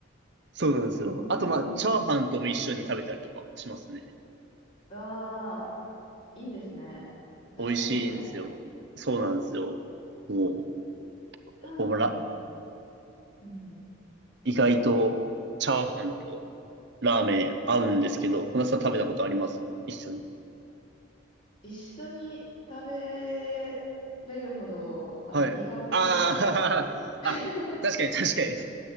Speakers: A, on the right; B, on the left.
A: そうなんですよ。
B: うーん。
A: あとまあ、チャーハンとも一緒に食べたりとかしますね。
B: うわあ、いいですね。絶対美味しいですね。
A: 美味しいんですよ。そうなんですよ。もう、
B: チャーハン。
A: ほら、
B: うんうん。
A: 意外とチャーハンとラーメン合うんですけど、小夏さん食べたことあります一緒に。
B: 一緒に食べれるほど、あの、
A: はい。
B: 胃が大きくないですね。
A: ああ、
B: <laughs>
A: <laughs> あ、確かに確かに。